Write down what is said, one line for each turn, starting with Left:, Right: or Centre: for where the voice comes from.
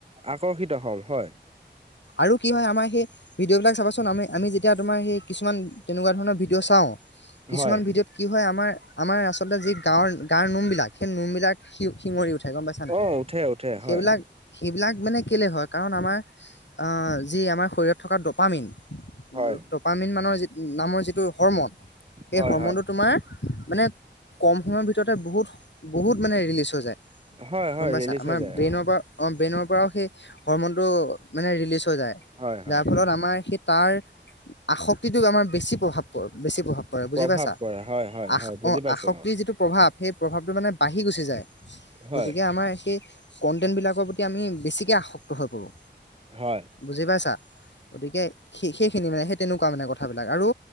Right: আকৰ্ষিত হল হয়
Left: আৰু কি হয় আমাৰ সেই ভিডিঅ' বিলাক চাবচোন আমি আমি যেতিয়া তোমাৰ সেই কিছুমান তেনেকুৱা ধৰণৰ ভিডিঅ' চাও কিছুমান
Right: হয়
Left: ভিডিঅত কি হয় আমাৰ আমাৰ আচলতে যি গাঁৱৰ তাৰ নোমবিলাক সেই নোমবিলাক শি শিঙৰি উঠে গম পাইছাানাই
Right: অ উঠে উঠে হয়
Left: সেইবিলাক সেইবিলাক মানে কেলে হয় কাৰণ আমাৰ অ যি আমাৰ শৰত থকা ডপামিন
Right: হয়
Left: ডপামিন মানৰ যি নামৰ যিটো হৰৰ্মন সেই
Right: হয়
Left: হ্ৰৰ্মনটো
Right: হয়
Left: তোমাৰ মানে কম সময়ৰ ভিতৰত বহুত বহুত মানে ৰিলিজ হৈ যায়
Right: হয় হয়
Left: গম পাইছা
Right: ৰিলিজ
Left: আমাৰ
Right: হৈ যায়
Left: ব্ৰেইনৰ
Right: অ
Left: পৰা অ ব্ৰেইনৰ পৰাও সেই হৰমনটো মানে ৰিলিজ হৈ যায়
Right: হয় হয়
Left: যাৰ ফলত আমাৰ সেই তাৰ আসক্তিটোক আমাৰ বেছি প্ৰভাৱ পৰে বেছি প্ৰভাৱ পৰে বুজি
Right: প্ৰভাৱ
Left: পাইছা
Right: পৰে হয় হয়
Left: আস
Right: হয় বুজি
Left: অ
Right: পাইছো
Left: আসক্তিৰ
Right: আৰু
Left: যিটো প্ৰভাৱ সেই প্ৰভাৱটো মানে বাঢ়ি গুচি যায়
Right: হয়
Left: গতিকে আমাৰ সেই কন্টেন্টবিলাকৰ প্ৰতি আমি বেছিকে আসক্ত হৈ পৰোঁ
Right: হয়
Left: বুজি পাইছা গতিকে সেই সেইখিনি মানে সেই তেনেকুৱা মানে কথাবিলাক আৰু